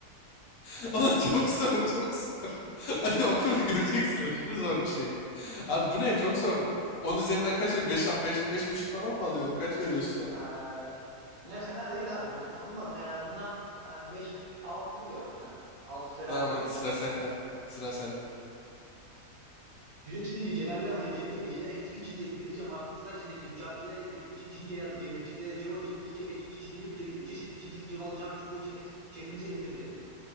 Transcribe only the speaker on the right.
Ee, yine fena değil abi. Do- Takılmadın en azından. Hani Beş altı diyorum ya. 6 fena
değil.
Cüce Çinince Celalle Hoca cebi gecelere içki içince gizlice marpuçlar içindeki züccacilere gidip içi cince yazılı cevizciklere ciro için iç içe geçmiş cicili bicili üç çeşit biçimsiz cıvalı cam çubuğu çepe, çevinize indirdi.